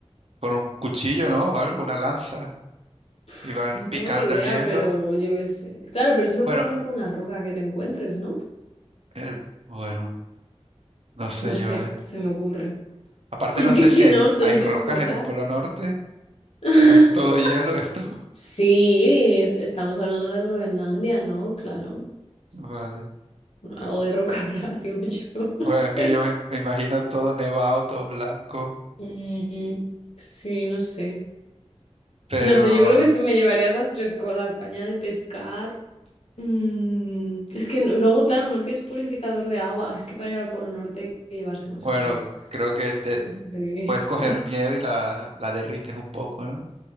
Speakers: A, on the right; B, on the left.
A: con un cuchillo, ¿no? O algo, una lanza.
B: Pf,
A: Y van
B: no
A: picando
B: tengo ni idea,
A: el hielo.
B: pero yo qué sé. Claro, pero eso lo
A: Bueno,
B: puedes hacer con una roca que te encuentres, ¿no?
A: el- bueno, no sé
B: No sé,
A: yo, ¿eh?
B: se me ocurre. <laughs>
A: Aparte
B: Es
A: no
B: que
A: sé
B: si
A: si hay,
B: no, son
A: hay rocas
B: tres cosas.
A: en el Polo Norte.
B: <laughs>
A: No es todo hielo esto.
B: Sí, es- estamos hablando de Groenlandia, ¿no? Claro.
A: <laughs> Vale.
B: Algo de roca habrá, <laughs> digo yo, <laughs> no
A: Bueno,
B: sé.
A: es que yo me, me imagino todo nevado, todo blanco,
B: Mm, sí, no sé.
A: pero
B: No sé, yo creo que se me llevaría esas tres cosas, caña de pescar. mm, es que no- luego, claro, no tienes purificador de agua. Ah, Es que para ir al Polo Norte hay que llevarse más
A: bueno,
B: cosas.
A: creo que te
B: No sobreviví.
A: puedes coger
B: <laughs>
A: nieve y la, la derrites un poco, ¿no?